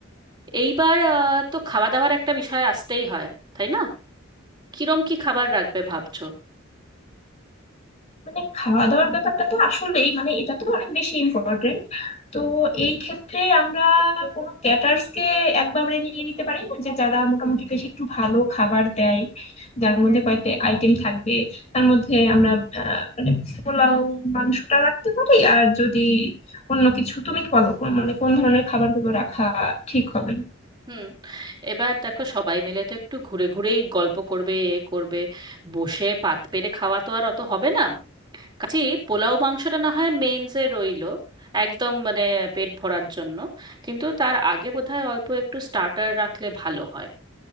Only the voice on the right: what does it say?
এইবার আহ, তো খাওয়া দাওয়ার একটা বিষয় আসতেই হয় তাই না কিরম কি খাবার রাখবে ভাবছো
হুম এবার দেখো সবাই মিলে তো একটু ঘুরে ঘুরেই গল্প করবে এ করবে বসে পাত পেরে খাওয়া তো আর অত হবে না কাজেই পোলাও মাংসটা না হয় মেনসে রইলো একদম মানে পেট ভরার জন্য কিন্তু তার আগে বোধহয় অল্প একটু স্টার্টার রাখলে ভালো হয়